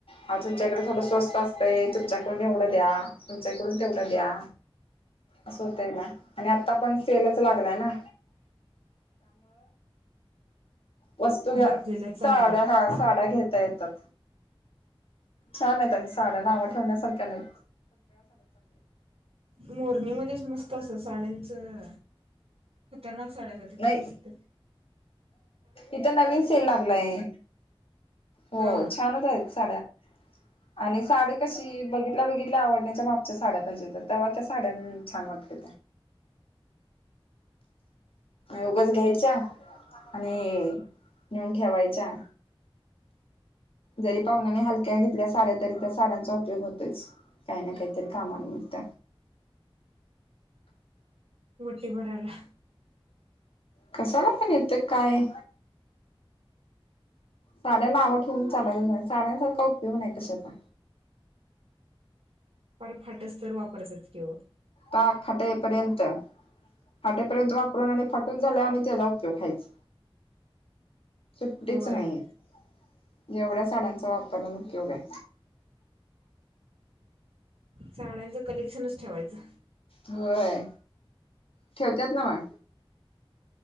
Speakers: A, on the left (about 75°); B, on the right (about 90°).
A: हा तुमच्याकडे थोडं स्वस्त असत तुमच्याकडून एवढं द्या तुमच्याकडून तेवढं द्या अस हो तेला आणि आता पण सेलच लागलाय ना वत घड
B: घेतलेल्या चांगल्या.
A: हाड्या घेत येतात छान आहेत आणि साड्या नाव ठेवण्यासारख्या नाही
B: मोरणी मध्येच मस्त असत साड्यांचं खतरनाक साड्यासाठी त
A: नाही
B: तू दिसत
A: इथं नवीन सेल लागलाय हो
B: हा
A: छानच आहेत साड्या ह आणि साडी कशी बघितल्या बघितल्या आवडण्याच्या मापच्या साड्या पाहिजेत तेव्हा त्या साड्या छान वाटते उगच घ्यायच्या आणि नेऊन ठेवायच्या जरी पाहुनाने हलक्याने घेतल्या साड्या तरी त्या साड्यांचा उपयोग होतच काही ना काहीतरी कामाला मिळत
B: मोटी बराला
A: कसाला पण येतं काय साड्या ना आवं ठेवून चालायच नाही साड्यांसारखा उपयोग नाही कशाचा
B: फार फाटच तर वापरतात किं
A: खाटेपर्यंत फाट्यापर्यंत वापरून आणि फाटून झाल्या आणि त्याचा उपयोग वायचा सुट्टीच
B: होय
A: नाहीये एवढ्या साड्यांचा वापरण उपयोग आहे
B: साड्यांच कलेक्शनच ठेवायचं
A: होय ठेवतत ना म